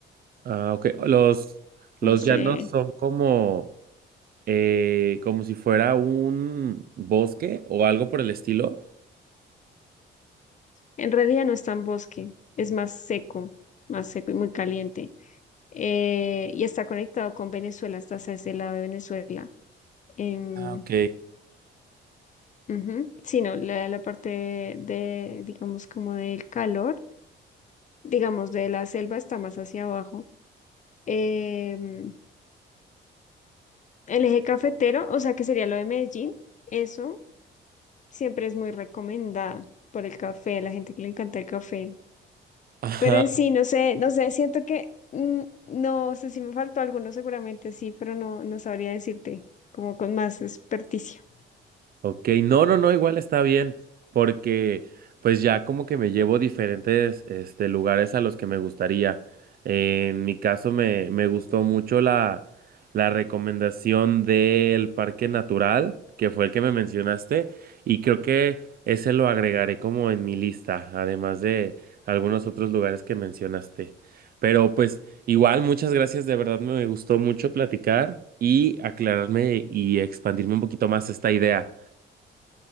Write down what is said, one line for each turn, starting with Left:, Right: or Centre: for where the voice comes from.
Right: Ah, ok. Los, los
Left: no sé,
Right: llanos son como... eh, como si fuera un bosque o algo por el estilo.
Left: en realidad no es tan bosque, es más seco, más seco y muy caliente. Eh, y está conectado con Venezuela, está hacia ese lado de Venezuela. Em,
Right: Ah, ok.
Left: ujú. Sí, no, la, la parte de, digamos, como del calor, digamos, de la selva está más hacia abajo. Em, el eje cafetero, o sea, que sería lo de Medellín, eso, siempre es muy recomendada por el café, la gente que le encanta el café.
Right: Ajá.
Left: Pero en sí, no sé, no sé, siento que mm, no sé si me faltó alguno, seguramente sí, pero no, no sabría decirte como con más experticia.
Right: Ok, no, no, no, igual está bien, porque pues ya como que me llevo diferentes este, lugares a los que me gustaría. en mi caso me, me gustó mucho la, la recomendación del Parque Natural, que fue el que me mencionaste, y creo que ese lo agregaré como en mi lista, además de algunos otros lugares que mencionaste. Pero pues igual, muchas gracias, de verdad me gustó mucho platicar y aclararme y expandirme un poquito más esta idea.